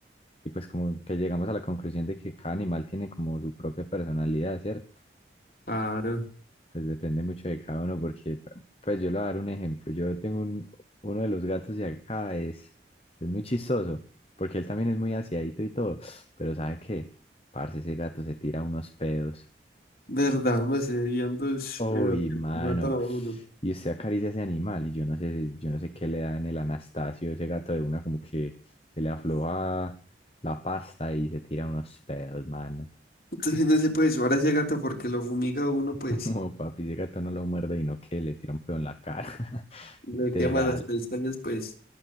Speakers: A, on the left; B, on the left.
A: y pues como que llegamos a la conclusión de que cada animal tiene como su propia personalidad, ¿cierto?
B: Claro,
A: Pues depende mucho de cada uno, porque, pues yo le voy a dar un ejemplo. Yo tengo un- uno de los gatos de acá, es, es muy chistoso, porque él también es muy aseadito y todo, pero ¿sabe qué? Parce, ese gato se tira unos pedos.
B: verdad, unos hediondos,
A: Uy,
B: pero que
A: mano.
B: lo matan a uno.
A: Y usted acaricia ese animal, y yo no sé, yo no sé qué le da en el Anastasio, ese gato de una, como que se le afloja la pasta y se tira unos pedos, mano.
B: Entonces no se puede llevar a ese gato porque lo fumiga a uno,
A: <laughs>
B: pues,
A: Como papi, ese gato no lo muerde y no que le tira un pedo en la cara. <laughs>
B: le
A: Literal.
B: quema las pestañas, pues,